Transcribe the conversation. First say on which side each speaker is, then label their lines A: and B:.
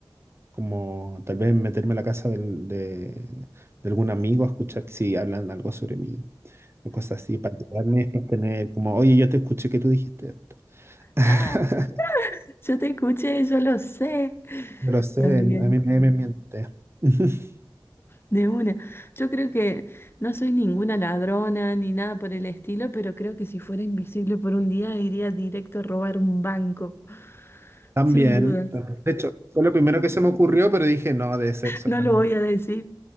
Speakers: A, on the right; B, on the left.
A: como tal vez meterme a la casa del- de, de algún amigo a escuchar si hablan algo sobre mí o cosas así, para enterarme, para tener como, oye, yo te escuché que tú dijiste esto. <laughs>
B: Ah, yo te escuché, yo lo sé.
A: No lo
B: Está
A: sé,
B: bien,
A: a mí nadie me miente. <laughs>
B: de una. Yo creo que no soy ninguna ladrona ni nada por el estilo, pero creo que si fuera invisible por un día iría directo a robar un banco,
A: También,
B: sin duda.
A: de hecho, fue lo primero que se me ocurrió, pero dije, no, debe ser solamente...
B: No lo voy a decir.